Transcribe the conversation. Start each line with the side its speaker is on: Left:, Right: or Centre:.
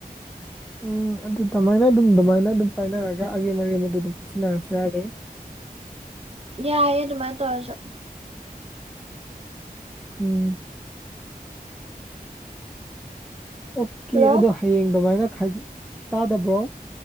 Centre: ꯎꯝ ꯑꯗꯨ ꯇꯃꯥꯏꯅ ꯑꯗꯨꯝ ꯑꯗꯨꯃꯥꯏꯅ ꯑꯗꯨꯝ ꯄꯥꯏꯅꯔꯒ ꯑꯒꯦ ꯃꯔꯤ ꯑꯃ ꯑꯗꯨꯝ ꯄꯨꯁꯤꯟꯅꯔꯁꯨ ꯌꯥꯔꯦ
Right: ꯌꯥꯑꯌꯦ ꯑꯗꯨꯃꯥꯏ ꯇꯣꯁ
Centre: ꯎꯝ ꯑꯣꯀꯦ
Right: ꯍꯜꯂꯣ
Centre: ꯑꯗꯣ ꯍꯌꯦꯡ ꯑꯗꯨꯃꯥꯏꯅꯒ ꯈ ꯇꯥꯗꯕ꯭ꯔꯣ